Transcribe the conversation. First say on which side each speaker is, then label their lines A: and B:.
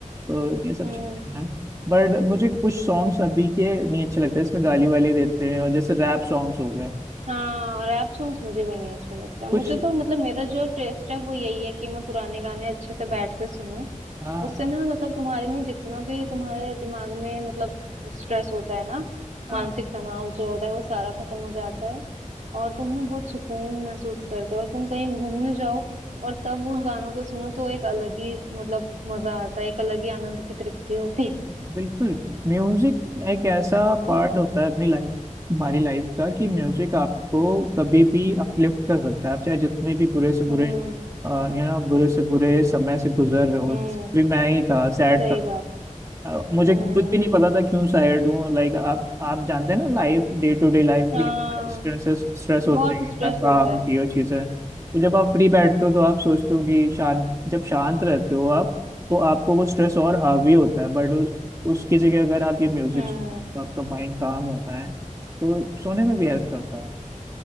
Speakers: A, on the right; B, on the right.
A: तो ये सब
B: हम्म
A: चीजें हैं बट मुझे कुछ सॉन्ग्स अभी के नहीं अच्छे लगते इसमें गाली वाली देते हैं और जैसे रैप सॉन्ग्स हो गए
B: हाँ रैप सॉन्ग्स मुझे भी नहीं अच्छे लगते
A: कुछ
B: मुझे तो मतलब मेरा जो टेस्ट है वो यही है कि मैं पुराने गाने अच्छे से बैठ के सुनूं
A: हाँ
B: उससे ना मतलब तुम्हारे में जितना भी तुम्हारे दिमाग में मतलब स्ट्रेस होता है ना
A: हाँ।
B: मानसिक तनाव जो होता है वो सारा खत्म हो जाता है और तुम ना बहुत सुकून महसूस करते हो और तुम कहीं घूमने जाओ और तब उन गानों को सुनो तो एक अलग ही मतलब मजा आता है एक अलग ही आनंद की तृप्ति होती है।
A: बिल्कुल म्यूजिक एक ऐसा पार्ट
B: हम्म।
A: होता है अपनी लाइफ हमारी लाइफ का कि म्यूजिक आपको कभी भी अपलिफ्ट कर सकता है आप चाहे जितने भी बुरे से
B: हम्म
A: बुरे यू नो बुरे से बुरे समय से गुजर रहे हो
B: हम्म
A: भी मैं ही था सैड
B: सही
A: था
B: बात
A: अ, मुझे
B: हम्म
A: खुद भी नहीं पता था क्यों सैड हूँ लाइक आप आप जानते हैं ना life day to day life
B: हाँ
A: भी स्ट्रेस स्ट्रेस होता
B: बहुत
A: है कितना
B: स्ट्रेस
A: काम
B: होता है
A: की वो चीज़ है तो जब आप फ्री बैठते हो तो आप सोचते हो कि शांत जब शांत रहते हो आप तो आपको वो स्ट्रेस और हावी होता है बट उस, उसकी जगह अगर आप ये म्यूजिक
B: हम्म
A: तो आपका माइंड काम होता है तो सोने में भी हेल्प करता है